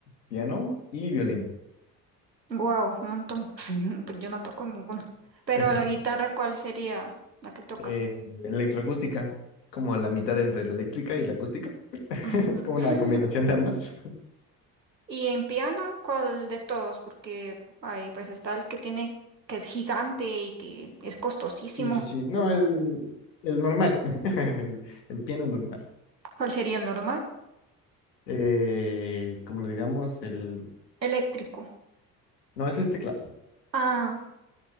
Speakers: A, on the left; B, on the right.
A: piano y violín.
B: Wow, un montón. <laughs> Pues yo no toco ninguno. Pero
A: <laughs>
B: la guitarra, ¿cuál sería la que tocas?
A: eh, electroacústica, como la mitad entre la eléctrica y la acústica. <laughs>
B: Mm.
A: Es como
B: <laughs>
A: una combinación de ambas.
B: Y en piano, ¿cuál de todos? Porque ay, pues está el que tiene, que es gigante y que es costosísimo.
A: Sí, sí, sí. No, el, el normal, <laughs> el, el piano normal.
B: ¿Cuál sería el normal?
A: Eh, como le digamos, el...
B: Eléctrico.
A: No, ese es teclado,
B: Ah,